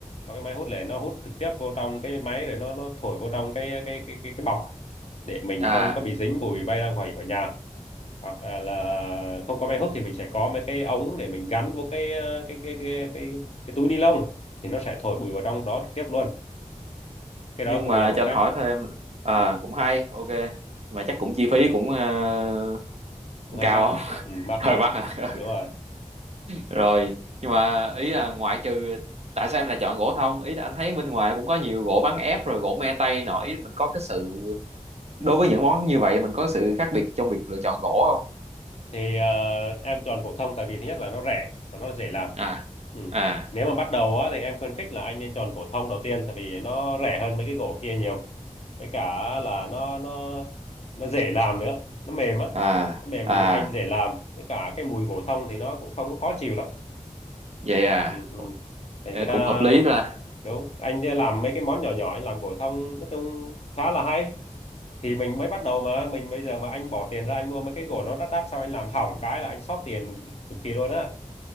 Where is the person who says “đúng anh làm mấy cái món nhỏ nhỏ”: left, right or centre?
Left